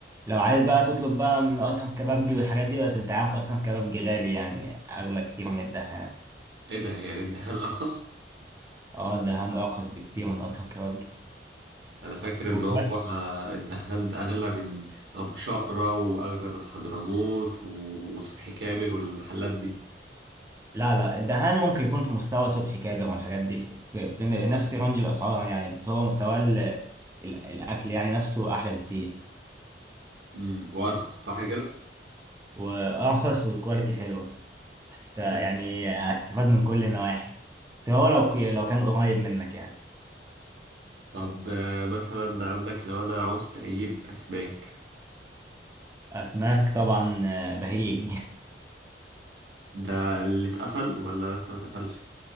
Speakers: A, on the right (about 15°); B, on the right (about 70°).
A: لو عايز بقى تطلب بقى من أسرم كبابجي والحاجات دي بس أنت عارف أسرم كبابجي غالي يعني أغلى كتير من الدهان
B: ايه ده يعني الدهان ارخص
A: اه الدهان أرخص بكتير من أسرم كبابجي
B: انا فاكر ان
A: وكمان
B: هو آه، الدهان ده اغلى من ابو شقرة واغلى من حضرموت و- وصبحي كابر والمحلات دي
A: لا لا الدهان ممكن يكون في مستوى صبحي كابر والحاجات دي في, في, في نفس رينج الأسعار يعني بس هو مستوى ال... ال- الأكل يعني نفسه أحلى بكتير
B: امم وارخص صح كده
A: وارخص وكواليتي حلوه هتست... يعني
B: مم.
A: هتستفاد من كل النواحي سواء لو لو كان قريب منك يعني
B: طب آه، مثلا عندك لو انا عاوزت اجيب اسماك
A: اسماك طبعا آه، بهيج
B: ده اللي اتقفل ولا لسه ما اتقفلش